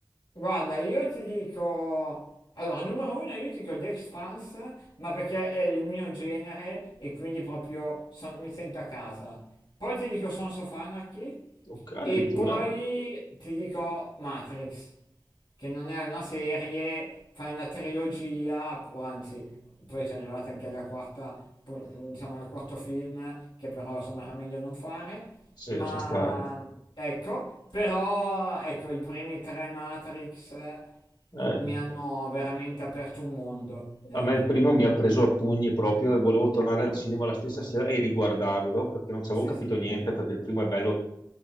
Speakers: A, on the left; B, on the left.
A: Guarda, io ti dico, allora, numero uno, io ti dico The Expanse, ma perché è il mio genere e quindi proprio son- mi sento a casa. Poi ti dico Sons of Anarchy
B: Ok, addirittura?
A: e poi ti dico Matrix, che non è una serie, fa una trilogia, o anzi, poi c'è arrivata anche la quarta, pu- diciamo al quarto film, che però insomma era meglio non fare,
B: Sì,
A: ma
B: lascia stare.
A: ecco, però ecco, i primi tre Matrix eh,
B: Eh,
A: mi hanno veramente aperto un mondo, ecco.
B: a me il primo mi ha preso a pugni proprio e volevo tornare al cinema la stessa sera e riguardarlo perché non ci avevo
A: Sì,
B: capito
A: sì,
B: niente,
A: sì.
B: perché il primo è bello,